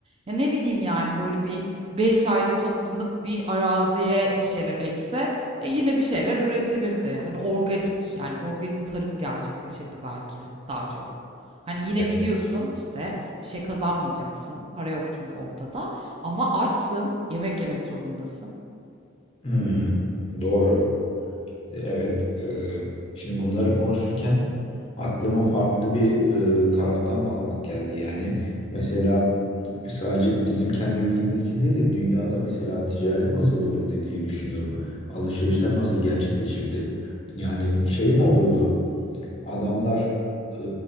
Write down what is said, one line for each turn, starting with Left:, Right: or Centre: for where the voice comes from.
Right: ya, ne bileyim, yani, böyle bir 5 aile toplanıp bir araziye bir şeyler ekse, e, yine bir şeyler üretilirdi. Hani, organik, yani, organik tarım gerçekleşirdi belki daha çok. Hani, yine
Left: Evet.
Right: biliyorsun, işte, bir şey kazanmayacaksın. Para yok çünkü ortada ama açsın, yemek yemek zorundasın.
Left: Hmm, doğru. Evet, e, şimdi bunları konuşurken aklıma farklı bir e, taraftan bakmak geldi yani. Mesela sadece bizim kendi ülkemiz için değil de dünyada mesela ticaret nasıl olurdu diye düşünüyorum. Alışverişler nasıl gerçekleşirdi? Yani şey mi olurdu? Adamlar e,